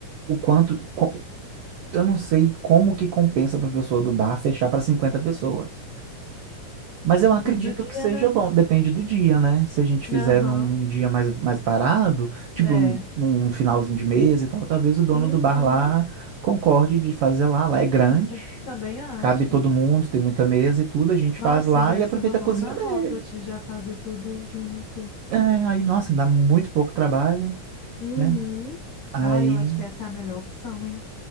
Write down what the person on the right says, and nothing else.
o quanto, co- eu não sei como que compensa para a pessoa do bar fechar para 50 pessoas. Mas eu
acredito
que seja
bom, depende do dia, né? Se a gente fizer
num, num dia mais, mais parado, tipo
num num finalzinho de mês e tal, talvez o dono
do bar lá concorde de fazer lá, lá é grande.
Cabe todo mundo, tem muita mesa e tudo, a gente
faz lá
e aproveita
a cozinha
dele.
É, aí, nossa, dá muito pouco trabalho,
né? Aí,